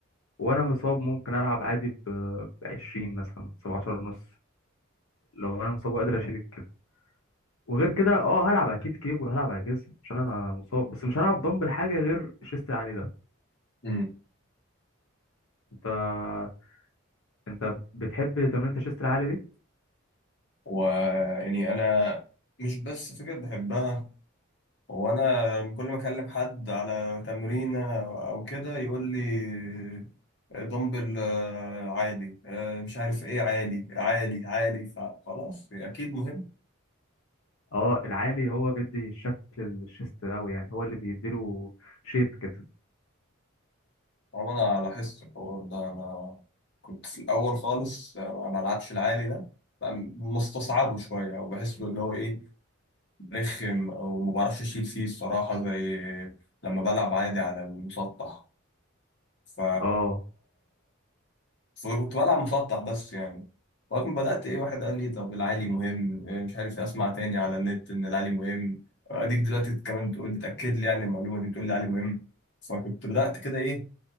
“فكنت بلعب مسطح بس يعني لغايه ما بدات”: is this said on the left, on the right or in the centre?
Left